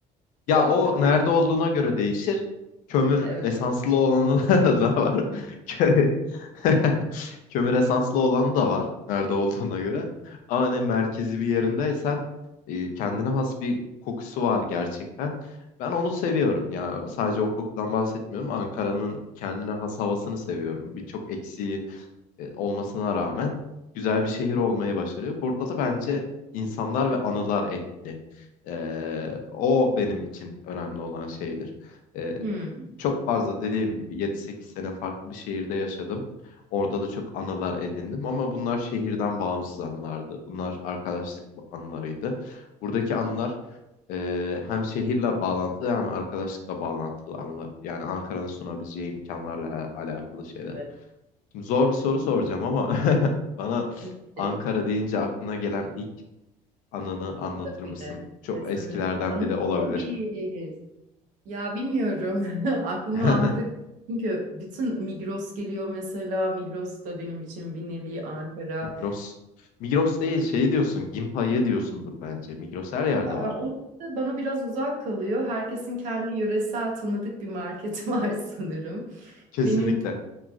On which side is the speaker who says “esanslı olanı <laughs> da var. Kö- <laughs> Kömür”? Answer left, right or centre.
Left